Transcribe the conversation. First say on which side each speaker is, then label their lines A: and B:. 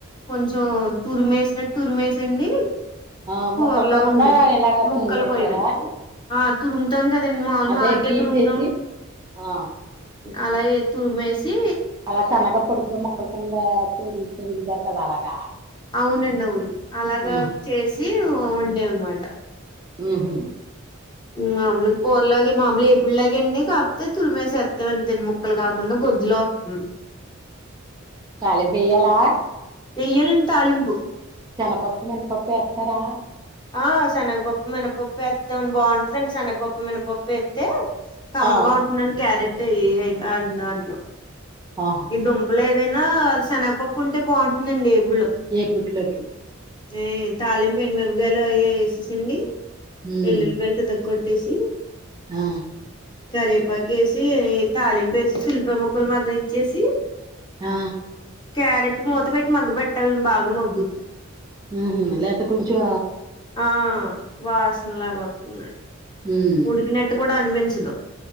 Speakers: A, on the left; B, on the right.
A: కొంచెం తురిమేసినట్టు తురిమేసండి
B: ఆ
A: కూరలా
B: ముక్కలు కాకుండా
A: వండా.
B: ఇలాగ
A: ముక్కలు
B: తుని వేసారా
A: కోయనండి. ఆ తురుముతాం కదండి మావుల్
B: అదే
A: మామిడి కాయ
B: గీసేసి
A: తురుముతాం.
B: ఆ
A: అలాగే తురుమేసి
B: అలా సన్నగా పొడుగ్గా ముక్కల కింద తురుమి తురుమి పెడతారు అలాగా.
A: అవునండి అవును అలాగా
B: ఉమ్
A: చేసి వండాను అన్మాట.
B: ఉహ్.
A: మామూలుగా కూరలాగే మామూలు ఎప్పుడు లాగే అండి కాకపోతే తురిమేసేత్తం అండి అంతే ముక్కలు కాకుండా గొజ్జులా వ హ్.
B: తాలింపు ఎయ్యాలా.
A: వెయ్యాలండి తాలింపు.
B: శనపప్పు, మినపప్పు ఎత్తారా.
A: ఆ శనగపప్పు, మినపప్పు ఎత్తామండి బావుంటదండి. శనగపప్పు, మినపప్పు ఏత్తే కమ్మగా
B: ఆ
A: ఉంటుందండి క్యారెట్ అయి ఏయ్ దాంట్లో.
B: ఆహా.
A: ఈ దుంపలు ఏదైనా శనగపప్పు ఉంటే బాగుంటుందండి ఏపుళ్ళో.
B: ఏ పుట్లోకి
A: ఏ తాళింపు ఎండుమిరపగాయలు అవి వేసేసండి
B: ఉమ్
A: ఎల్లులి పెలి త కొట్టేసి
B: ఆ
A: కరేపాక వేసి తాలింప వేసి శుల్ప ముక్కలు మగ్న ఇచ్చేసి
B: ఆ
A: క్యారెట్ మూత పెట్టి మగ్గు పెట్టాలని బాగా మగ్గుద్ది
B: ఊహు లేపో కొంచం
A: ఆ వాసనలాగా వతుంది
B: ఉమ్
A: ఉడికినట్టు కూడా అనిపించదు